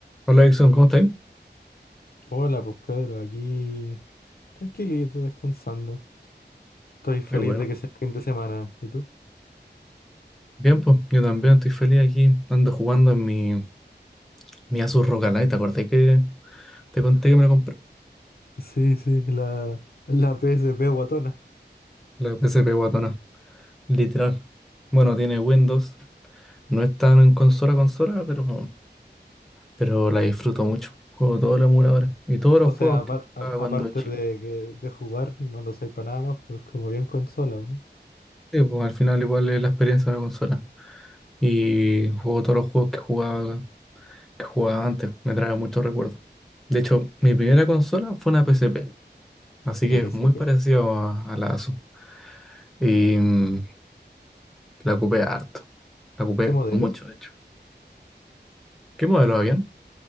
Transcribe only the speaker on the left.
Hola, pues Pedro, aquí tranquilito, descansando. Estoy feliz
de que sea fin de semana. ¿Y tú?
Sí, sí, la, la PSP guatona.
O sea,
apar-
a- aparte
de, que- de jugar, no lo usáis para nada más, pues como bien consola, ¿o ¿no?
Una
PSP.
¿Qué modelo?